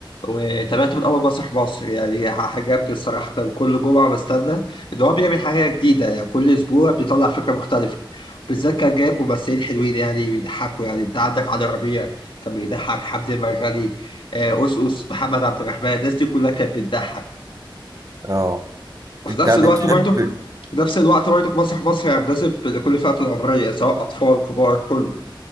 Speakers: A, on the left; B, on the right.
A: وتابعت من اول مسرح مصر يعني ح- عجبني الصراحه كان كل جمعه بستنى ان هو بيعمل حاجه جديده يعني كل اسبوع بيطلع فكره مختلفه بالذات كان جايب ممثلين حلوين يعني بيضحكوا يعني انت عندك علي ربيع كان بيضحك حمدي المرغني آه، أوس أوس، محمد عبد الرحمن الناس دي كلها كانت بتضحك
B: اه
A: وفي
B: انت
A: نفس
B: بتحب
A: الوقت برضه في نفس الوقت برضه مسرح مصر يعني مناسب لكل فئة العمرية سواء أطفال كبار كله